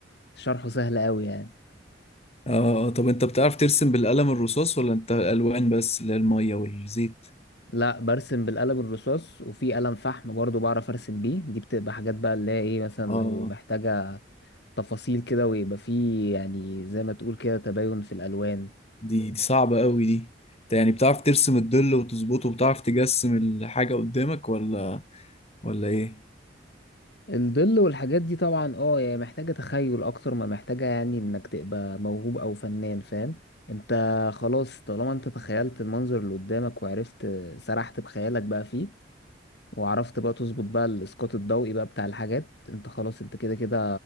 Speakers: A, on the left (about 65°); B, on the left (about 35°).
A: شرحه سهل قوي يعني
B: اه طب انت بتعرف ترسم بالقلم الرصاص ولا انت الالوان بس اللي هي الميه والزيت
A: لا برسم بالقلم الرصاص وفي قلم فحم برضو بعرف ارسم بيه دي بتبقى حاجات بقى اللي هي ايه مثلا
B: اه
A: لو محتاجة تفاصيل كده ويبقى فيه يعني زي ما تقول كده تباين في الالوان
B: دي دي صعبة قوي دي انت يعني بتعرف ترسم الظل وتظبطه وبتعرف تجسم الحاجة قدامك ولا ولا ايه
A: الظل والحاجات دي طبعا اه يعني محتاجة تخيل اكتر ما محتاجة يعني انك تبقى موهوب او فنان فاهم انت خلاص طالما انت تخيلت المنظر اللي قدامك وعرفت سرحت بخيالك بقى فيه وعرفت بقى تظبط بقى الاسقاط الضوئي بقى بتاع الحاجات انت خلاص انت كده كده